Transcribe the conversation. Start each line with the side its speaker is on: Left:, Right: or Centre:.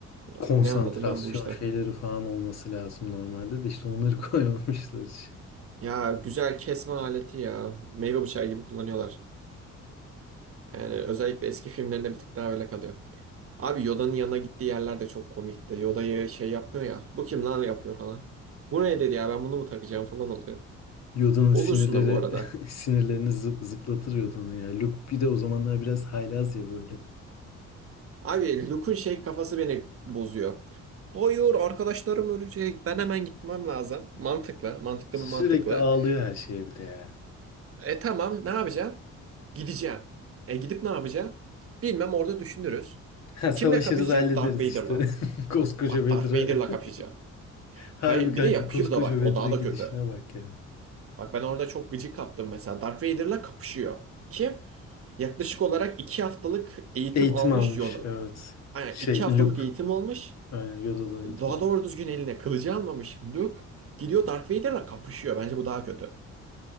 Right: Ya,
Left: Konsantrasyon
Right: Ne anladım ben bu işten?
Left: şeyleri falan olması lazım normalde de işte onları <laughs> koymamışlar hiç.
Right: Ya güzel kesme aleti ya. Meyve bıçağı gibi kullanıyorlar. Yani özellikle eski filmlerinde bir tık daha öyle kalıyor. Abi Yoda'nın yanına gittiği yerler de çok komikti. Yoda'yı şey yapmıyor ya. Bu kim lan yapıyor falan. Bu ne dedi ya ben bunu mu takacağım falan oluyor.
Left: Yoda'nın
Right: Olursun
Left: sinirleri
Right: da bu arada.
Left: <laughs> sinirlerini zı- zıplatır Yoda'nın ya. Luke bir de o zamanlar biraz haylaz ya böyle.
Right: Abi Luke'un şey kafası beni bozuyor. Hayır arkadaşlarım ölecek. Ben hemen gitmem lazım. Mantıklı. Mantıklı
Left: Sürekli
Right: mı mantıklı.
Left: ağlıyor her şeye bir de ya.
Right: E tamam ne yapacağım? Gideceğim. E gidip ne yapacağım? Bilmem orada düşünürüz.
Left: Ha, savaşırız
Right: Kimle kapışacak?
Left: hallederiz
Right: Darth Vader'la.
Left: işte. <laughs> Koskoca
Right: Bak
Left: Vedra.
Right: Darth Vader'la kapışacağım.
Left: <laughs> Harbi
Right: Hayır
Left: kanka
Right: bir de yapıyor
Left: koskoca
Right: da bak
Left: Vedra
Right: o daha da
Left: gidişine
Right: kötü.
Left: bak ya.
Right: Bak ben orada çok gıcık kaptım mesela. Darth Vader'la kapışıyor. Kim? Yaklaşık olarak iki haftalık eğitim
Left: Eğitim
Right: almış
Left: almış
Right: Yoda.
Left: evet.
Right: Aynen
Left: Şey
Right: iki haftalık
Left: Luke.
Right: eğitim almış.
Left: Yani Yoda'dan
Right: Daha
Left: eğitim aldı.
Right: doğru düzgün eline kılıcı almamış Luke. Gidiyor Darth Vader'la kapışıyor. Bence bu daha kötü.